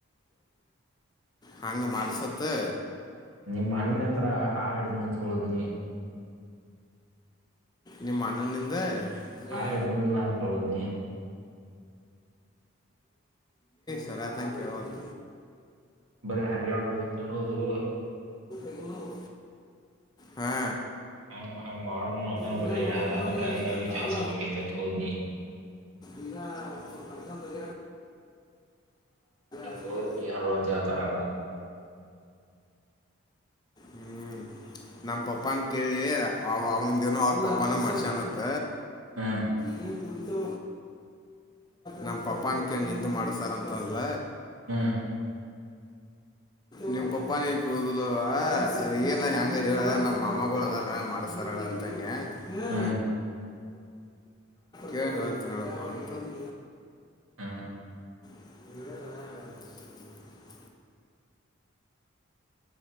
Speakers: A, on the left; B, on the right.
A: ಹಂಗ ಮಾಡಿಸತೆ
B: ನಿಮ್ ಅಣ್ಣ ಹತ್ರ ಹಾರ್ಡ್ ನ ತುಳುದ್ನಿ.
A: ನಿಮ್ಮ ಅಣ್ಣನಿಂದ.
B: ಹಾಳು
A: ಏ <unintelligible>
B: ಹಿಡ್ದನ ಹೋದ್ನಿ
A: ಯಾತ ಹಂಗ ಕೇಳವಾತ್.
B: ಬರೀ ಹರಗ್ಯಾಡುದು ತಿನ್ನುದು.
A: ಎಲ್ಲರೂ ಹಾ.
B: <unintelligible> ಹಂಗ ಮಾಡುನು ಅನ್
A: ಇನ್ನು
B: ಬರಿ
A: ನಮ್ಮಪ್ಪನವ್ರಿಗೆ
B: ಅದಕ್ಕಾಗಿ
A: ಅಷ್ಟ
B: ಏನ ಕೆಲ್ಸ
A: ಅಲ್ಲ
B: ನಿತೈತಿ ಹೋದ್ನಿ.
A: ಇಗ ಒಂದ್ ಸ್ವಲ್ಪ. <unintelligible>
B: ನಿಮ್ಮ
A: ಅಷ್ಟು
B: ದೋಸ್ತ್ ನೀಯ ರೋನಜಿ ಆತಾರಮನ್.
A: ಹ್ಮ್ ನಮ್ಮ ಪಪ್ಪಾ ನ ಕೇಳಿ ಅವ ಅವನ್ದ ಏನೋ ಅವ್ರ ಪಪ್ಪಾನ ಮಾಡಸ್ಯನ ಅತ.
B: ಹ್ಮ್
A: ನೀನ್ ಕುಳಿತು. ನಮ್ಮ ಪಪ್ಪನ ಕೈಲಿ ನಿಂದು ಮಾಡ್ಸ್ಯರ ಅಂತ ಅಂದಲ.
B: ಹ್ಮ್ಮ್.
A: ನಿಮ್ಮಪ್ಪ ಏನ ಕೇಳುವುದಿಲ್ಲ ಅಲ್ಲ. ಅಳ ಅದ ಏನ ಹೆಂಗ ಅರೆ ಹೇಳ ನಮ್ಮ ಮಾಮ್ಮಗಳು ಅದಾರ ಮಾಡಸ್ತಾರ ಅಳ ಅಂತನ್ಯ. ಹ.
B: ಹ್ಮ್
A: ಕೇಳಿ ಹೇಳತನಳ ಪ್ಪಾ ಅಂತ ಅಂದ್ಲು.
B: ಹ್ಮ್
A: ಏನ <unintelligible>